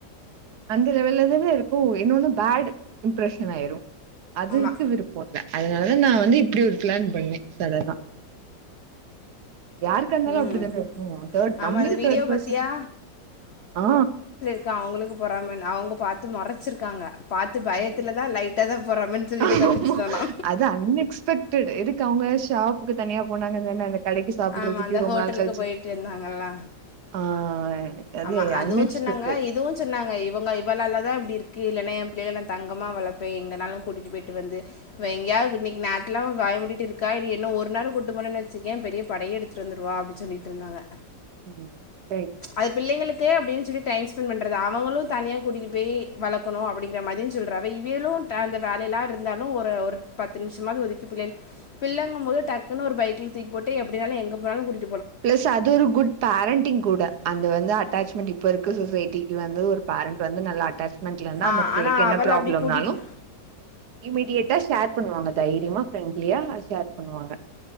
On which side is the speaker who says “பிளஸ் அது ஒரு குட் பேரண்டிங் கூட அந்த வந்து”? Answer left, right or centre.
Right